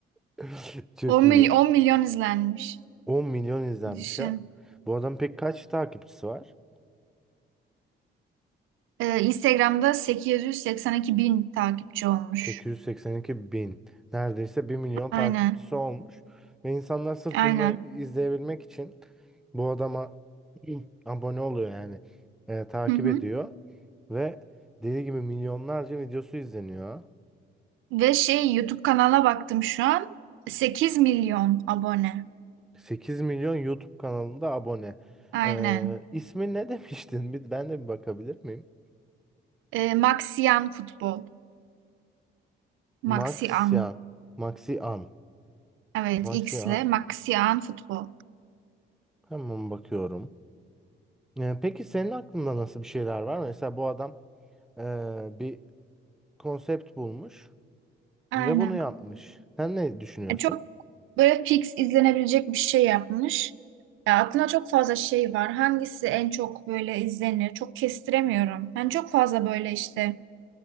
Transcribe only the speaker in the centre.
<laughs> Çok
iyi.
10 milyon izlenmiş
ha. Bu adam pek kaç takipçisi var?
882 bin. Neredeyse bir milyon
takipçisi olmuş. Ve insanlar sırf
bunları izleyebilmek için bu adama <clears throat> abone oluyor yani. Ee, takip
ediyor. Ve dediği gibi milyonlarca videosu izleniyor.
8 milyon YouTube kanalında abone.
Ee, ismi ne <laughs> demiştin? Bir, ben de bir bakabilir miyim?
Maxian. Maxian.
Maxian.
Hemen bakıyorum. Ee, peki senin aklında nasıl bir şeyler var? Mesela bu adam eee, bir konsept bulmuş
ve bunu yapmış. Sen ne düşünüyorsun?